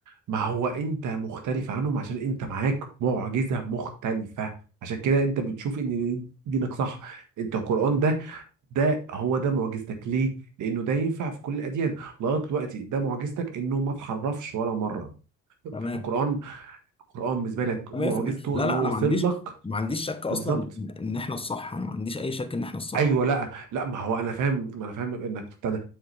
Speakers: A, on the right; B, on the left.
A: ما هو انت مختلف عنهم عشان انت معاك معجزة مختلفة عشان كده انت بتشوف ان دينك صح انت القرآن ده ده هو ده معجزتك ليه؟ لأنه ده ينفع في كل الأديان لغاية دلوقتي ده معجزتك إنه ما اتحرفش ولا مرة
B: تمام
A: القرآن القرآن بالنسبة لك
B: 100%
A: معجزته
B: لا
A: إنه
B: لا
A: وصل
B: انا ما عنديش
A: لك
B: ما عنديش شك اصلا
A: بالظبط
B: ان إن احنا الصح انا ما عنديش اي شك ان احنا الصح
A: أيوه لا لا ما هو أنا فاهم ما أنا فاهم إنك ابتدى